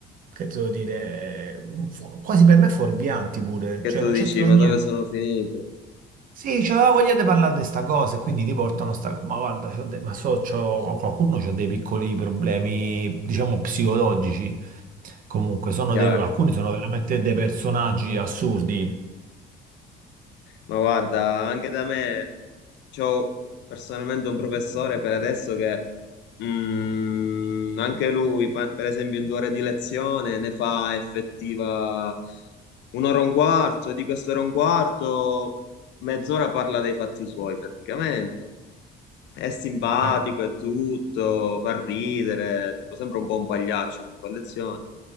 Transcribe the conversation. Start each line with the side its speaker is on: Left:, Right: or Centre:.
Right: che devo dire, fu- quasi per me fuorvianti pure,
Left: Che
Right: cioè
Left: tu
Right: non
Left: dici,
Right: c'entrano
Left: ma
Right: niente.
Left: dove sono finito?
Right: Sì, c'aveva voglia di parlare di sta cosa e quindi ti portano sta cosa. Ma guarda, c'ho de- ma so, c'ho- qualcuno ha dei piccoli problemi, diciamo, psicologici. Comunque,
Left: È
Right: sono
Left: chiaro.
Right: dei- alcuni sono veramente dei personaggi assurdi.
Left: Ma guarda, anche da me c'ho personalmente un professore per adesso che mm, anche lui, pa- per esempio, in due ore di lezione ne fa effettiva un'ora e un quarto, e di quest'ora e un quarto mezz'ora parla dei fatti suoi praticamente. È simpatico
Right: Eh.
Left: e tutto, fa ridere, tipo sembra un po' un pagliaccio quando fa lezione,